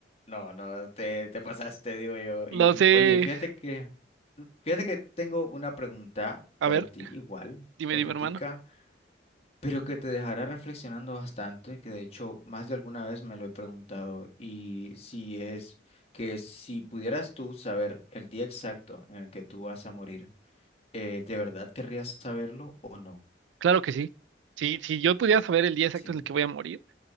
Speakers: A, on the left; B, on the right.
A: No, no, te, te pasaste, digo yo. Y
B: Lo sé.
A: oye, fíjate que, fíjate que tengo una pregunta
B: A
A: para
B: ver,
A: ti, igual,
B: dime,
A: hipotética
B: dime, hermano.
A: pero que te dejará reflexionando bastante, que de hecho más de alguna vez me lo he preguntado, y si es que si pudieras tú saber el día exacto en el que tú vas a morir, eh, ¿de verdad querrías saberlo o no?
B: Claro que sí. Sí, si yo pudiera saber el día exacto
A: Sí,
B: en el que voy a morir,